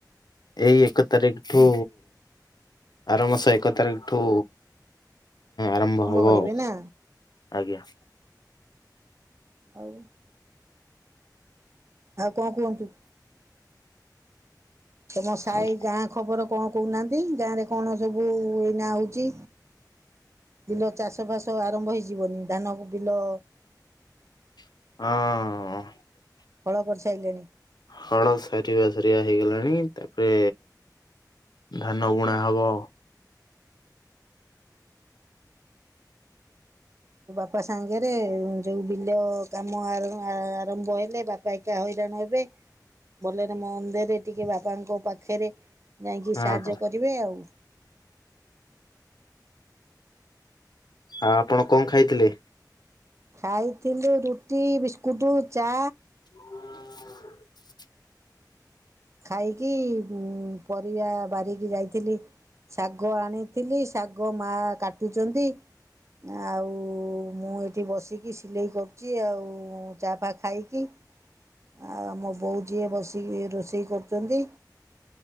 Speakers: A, on the left; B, on the right.
A: ଏଇ ଏକ ତାରିଖ ଠୁ ଆର ମାସ ଏକ ତାରିଖ ଠୁ ଆରମ୍ଭ ହବ
B: କରିବେ
A: ଆଉ
B: ନା
A: ଆଜ୍ଞା।
B: ଆଉ ଆଉ କଣ କୁହନ୍ତୁ? ତମ ସାଇ
A: ହଉ।
B: ଗାଁ ଖବର କଣ କହୁନାହାନ୍ତି ଗାଁ ରେ କଣ ସବୁ ଏଇ ନା ହଉଛି? ବିଲ ଚାଷ ଫସ ଆରମ୍ଭ ହେଇଯିବନି ଧାନ ବିଲ
A: ହଁ।
B: ଫଳ କରିସାରିଲେଣି?
A: ହଁ ସାରିବା ସାରିବା ହେଇଗଲାଣି ତାପରେ ଧାନ ଗୁଣା ହବ।
B: କପା ସାଙ୍ଗରେ ଯଉ ବିଲ କାମ ଆରମ୍ଭ ହେଲେ ବାପ ପାଇକା ହଇରାଣ ହେବେ ବରେ ମୋ ମନ୍ଦିରରେ ଟିକେ ବାପାଙ୍କ ପାଖରେ ଯାଇକି
A: ହଁ
B: ସାହାଯ୍ୟ
A: ହଁ
B: କରିବେ ଆଉ।
A: ଆଉ ଆପଣ କଣ ଖାଇଥିଲେ?
B: ଖାଇଥିଲୁ ରୁଟି ବିସ୍କୁଟ ଚା
A: <inaudible>
B: ଖାଇକି ପରିବା ବାରିକି ଯାଇଥିଲି ଶାଗ ଆଣିଥିଲି ଶାଗ ମା କାଟୁଛନ୍ତି ଆଉ ମୁଁ ଏଠି ବସିକି ସିଲେଇ କରୁଛି ଆଉ ଚାଫା ଖାଇକି ଆଉ ମୋ ବୋଉ ଯିଏ ବସିକି ରୋଷେଇ କରୁଛନ୍ତି